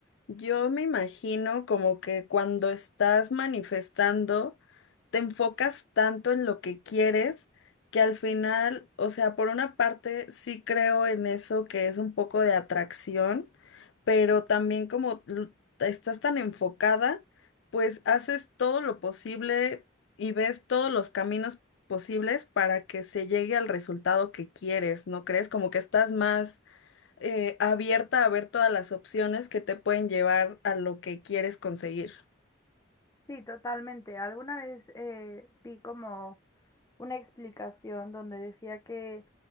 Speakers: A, on the left; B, on the left.
A: Yo me imagino como que cuando estás manifestando, te enfocas tanto en lo que quieres que al final, o sea, por una parte sí creo en eso que es un poco de atracción, pero también como l- estás tan enfocada, pues haces todo lo posible y ves todos los caminos posibles para que se llegue al resultado que quieres, ¿no crees? Como que estás más eh, abierta a ver todas las opciones que te pueden llevar a lo que quieres conseguir.
B: Sí, totalmente. Alguna vez eh, vi como una explicación donde decía que